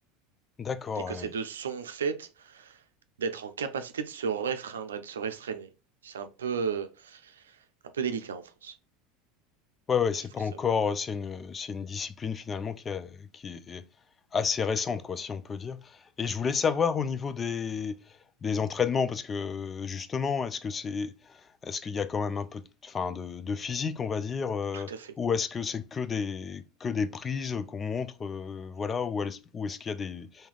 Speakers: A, on the left (about 30°); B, on the right (about 80°).
A: D'accord,
B: et que
A: ouais.
B: ces deux sont faites d'être en capacité de se réfreindre et de se restreindre. C'est un peu un peu délicat en France,
A: Ouais,
B: donc
A: ouais, c'est
B: il faut
A: pas encore,
B: savoir.
A: euh, c'est une, c'est une discipline finalement qui a- qui est assez récente, quoi, si on peut dire. Et je voulais savoir au
B: Oui,
A: niveau des, des entraînements, parce que justement, est-ce que c'est, est-ce qu'il y a quand même un peu, de, enfin, de, de physique, on va dire, euh,
B: tout à fait.
A: ou est-ce que c'est que des, que des prises qu'on montre, euh, voilà, ou est-ce, ou est-ce qu'il y a des,